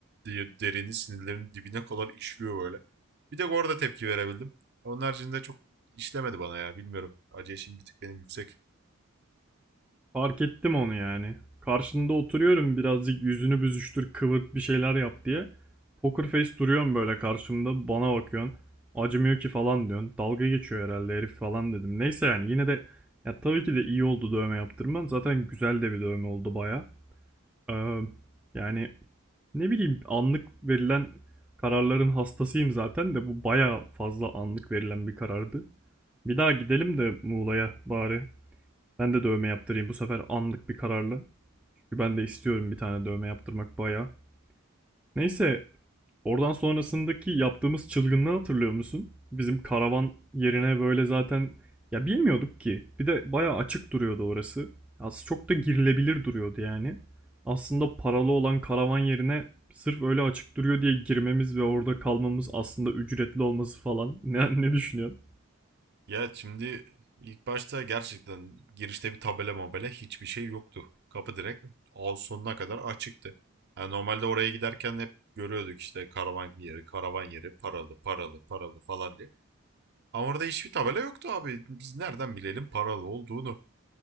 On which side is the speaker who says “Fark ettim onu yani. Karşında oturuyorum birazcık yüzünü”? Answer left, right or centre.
Centre